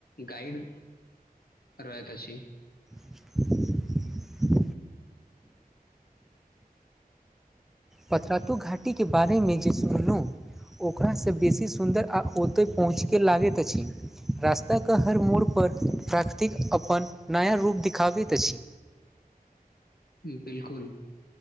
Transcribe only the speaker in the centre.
<inaudible> पतरातू घाटीके बारेमे जे सुनलहुँ ओकरासे बेसी सुन्दर आ ओत पहुँचके लागैत अछी रास्ताके हर मोड पर प्राकृतिक अपन नया रूप देखाबैत अछि।